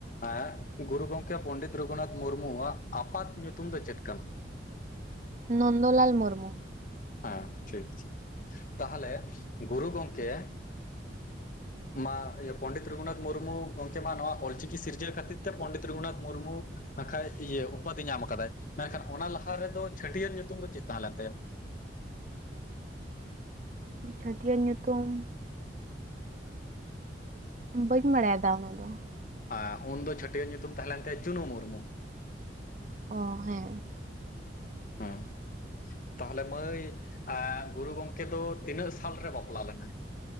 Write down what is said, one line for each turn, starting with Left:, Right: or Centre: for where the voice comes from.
Left: ᱦᱮᱸ ᱜᱩᱨᱩ ᱜᱚᱝᱠᱮ ᱯᱚᱸᱰᱤᱛ ᱨᱚᱜᱷᱩᱱᱟᱛᱷ ᱢᱩᱨᱢᱩ ᱣᱟᱜ ᱟᱯᱟᱛ ᱧᱩᱛᱩᱢ ᱫᱚ ᱪᱮᱫ ᱠᱟᱱᱟ?
Right: ᱱᱚᱱᱫᱚᱞᱟᱞ ᱢᱩᱨᱢᱩ
Left: ᱦᱮᱸ ᱴᱷᱤᱠ ᱴᱷᱤᱠ ᱛᱟᱦᱚᱞᱮ ᱜᱩᱨᱩ ᱜᱚᱝᱠᱮᱼᱼ ᱢᱟ <unintelligible> ᱯᱚᱸᱰᱤᱛ ᱨᱚᱜᱷᱩᱱᱟᱛᱷ ᱢᱩᱨᱢᱩ ᱜᱚᱝᱠᱮ ᱢᱟ ᱱᱚᱣᱟ ᱚᱞ ᱪᱤᱠᱤ ᱥᱤᱨᱡᱟᱹᱣ ᱠᱷᱟᱹᱛᱤᱨ ᱛᱮ ᱯᱚᱸᱰᱤᱛ ᱨᱚᱜᱷᱩᱱᱟᱛᱷ ᱢᱩᱨᱢᱩᱼᱼ ᱵᱟᱠᱷᱟᱡ ᱤᱭᱟᱹ ᱩᱯᱟᱫᱷᱤ ᱧᱟᱢ ᱟᱠᱟᱫᱟᱭ ᱢᱮᱱ ᱠᱷᱟᱱ ᱚᱱᱟ ᱞᱟᱦᱟ ᱨᱮ ᱫᱚ ᱪᱷᱟᱹᱴᱤᱭᱟᱹᱨ ᱧᱩᱛᱩᱢ ᱫᱚ ᱪᱮᱫ ᱛᱟᱦᱮᱸ ᱞᱮᱱ ᱛᱟᱭᱟ?
Right: ᱪᱷᱟᱹᱴᱤᱭᱟᱹᱨ ᱧᱩᱛᱩᱢ, ᱵᱟᱹᱧ ᱵᱟᱲᱟᱭᱟ ᱫᱟ ᱚᱱᱟ ᱫᱚ
Left: ᱟ ᱩᱱᱫᱚ ᱪᱷᱟᱹᱴᱤᱭᱟᱹᱨ ᱧᱩᱛᱩᱢ ᱛᱟᱦᱮᱸ ᱞᱭᱱ ᱛᱟᱭᱟ ᱪᱩᱱᱩ ᱢᱩᱨᱢᱩᱼᱼ
Right: ᱚ ᱦᱮᱸ
Left: ᱦᱮᱸ ᱛᱟᱦᱚᱞᱮ ᱢᱟᱹᱭ ᱜᱩᱨᱩ ᱜᱚᱝᱠᱮ ᱫᱚ, ᱛᱤᱱᱟᱹᱜ ᱥᱟᱞ ᱨᱮ ᱵᱟᱯᱞᱟ ᱞᱮᱱᱟᱭ?